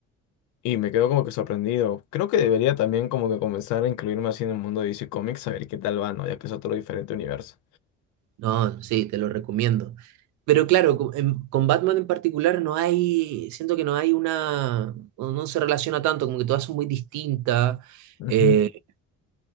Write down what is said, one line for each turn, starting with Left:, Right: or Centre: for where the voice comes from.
Left: Y me quedo como que sorprendido. Creo que debería también como que comenzar a incluirme así en el mundo de DC Comics, a ver qué tal va, ¿no? Ya que es otro diferente universo.
Right: No, sí, te lo recomiendo. Pero claro, co- en- con Batman en particular no hay, siento que no hay una, o no se relaciona tanto, como que todas son muy distintas.
Left: Ujú,
Right: eh,